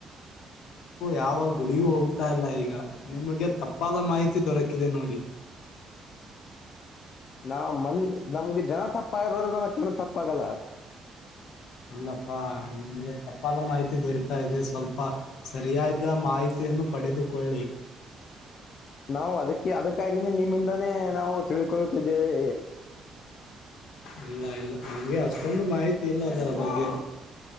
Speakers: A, on the left; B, on the left.
A: ಯಾವ ಗುಡಿಗೂ ಹೋಗ್ತಾಯಿಲ್ಲ ಈಗ. ನಿಮಗೆ ತಪ್ಪಾದ ಮಾಹಿತಿ ದೊರಕಿದೆ ನೋಡಿ.
B: ನಾವ್ ಮನ್ ನಮ್ಗೆ ಜನ ತಪ್ಪ ಆಗ್ಬೋದುರ ಕಣ ತಪ್ಪಾಗಲ್ಲ.
A: ಇಲ್ಲಪ್ಪಾ ನಿಮ್ಗೆ ತಪ್ಪಾದ ಮಾಹಿತಿ ದೊರಿತಾ ಇದೆ ಸ್ವಲ್ಪ ಸರಿಯಾದ ಮಾಹಿತಿಯನ್ನು ಪಡೆದುಕೊಳ್ಳಿ.
B: ನಾವು ಅದಕ್ಕೆ ಅದಕ್ಕಾಗಿನೇ ನಿಮ್ಮಿಂದಾನೇ ನಾವು ತಿಳ್ಕೊಳ್ಳುತ್ತಿದ್ದೇವೆ.
A: ಇಲ್ಲ ಇಲ್ಲ ನಮ್ಗೆ ಅಷ್ಟೊಂದು ಮಾಹಿತಿ ಇಲ್ಲ ಅದರ ಬಗ್ಗೆ.